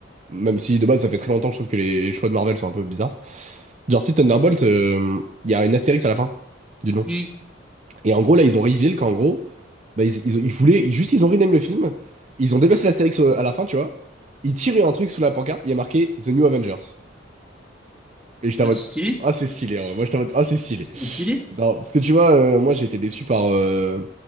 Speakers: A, on the right (about 35°); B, in the centre.
A: Même si de base, ça fait très longtemps, que je trouve que les choix de Marvel sont un peu bizarres. Genre, si Thunderbolt, euh, il y a une astérix à la fin du nom.
B: Hmm.
A: Et en gros, là, ils ont reveal qu'en gros, bah, ils, ils, ils voulaient, ils- juste, ils ont rename le film. Ils ont déplacé l'Astérix au- à la fin, tu vois. Ils tiraient un truc sous la pancarte, il y a marqué The New Avengers. Et j'étais
B: Bah,
A: en mode,
B: c'est stylé.
A: ah, c'est stylé, en vrai. Moi, j'étais en mode, ah, c'est stylé.
B: C'est trop stylé.
A: Non, parce que tu vois, euh, moi, j'ai été déçu par. euh,